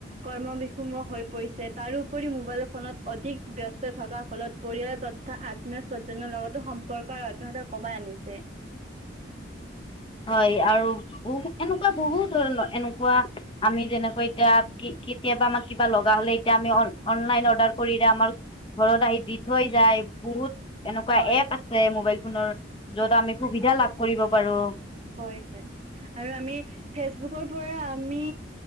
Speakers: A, on the right (about 35°); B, on the left (about 25°).
A: কৰ্ম বিষৰ্ম হৈ পৰিছে, তাৰোপৰি মোবাইল ফোনত অধিক ব্যস্ত থকাৰ ফলত পৰিয়ালৰ তথা আত্মীয় স্বজ্জনৰ লগতো সম্পৰ্ক আৰু আত্মীয়তা কমাই আনিছে।
B: হয় আৰু বহু এনেকুৱা বহুত ধৰণৰ এনেকুৱা আমি যেনেকৈ এতিয়া কেতিয়াবা আমাৰ কিবা লগা হলে এতিয়া আমি অনলাইন অৰ্ডাৰ কৰিলে আমাৰ ঘৰত আহি দি থৈ যায়, বহুত এনেকুৱা
A: হয়
B: এপ আছে মোবাইল ফোনত, যত আমি সুবিধা লাভ কৰিব পাৰোঁ।
A: হয় হয়। আৰু আমি ফেচবুকৰ পৰা আমি